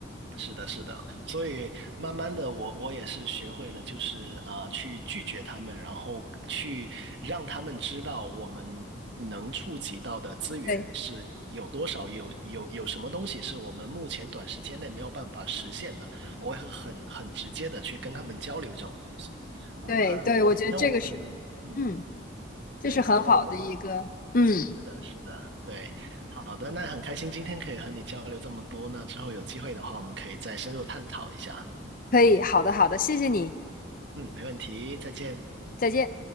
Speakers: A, on the right; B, on the left.
A: 是的，是的，所以慢慢的我，我也是学会了，就是啊、去拒绝他们，然后去让他们知道我们能触及到的资源是有有多少，
B: 对，
A: 有有有什么东西是我们目前短时间内没有办法实现的，我会很很直接的去跟他们交流这种东西啊、
B: 对对，
A: 那我反正我们嗯，
B: 我觉得这个是，嗯，这是很好的一个，
A: 对，那我们
B: 嗯，
A: 是的，是的，对，好的，那很开心今天可以和你交流这么多，那之后有机会的话，我们可以再深入探讨一下。
B: 可以，好的好的，谢谢你，
A: 嗯，没问题，再见。
B: 再见。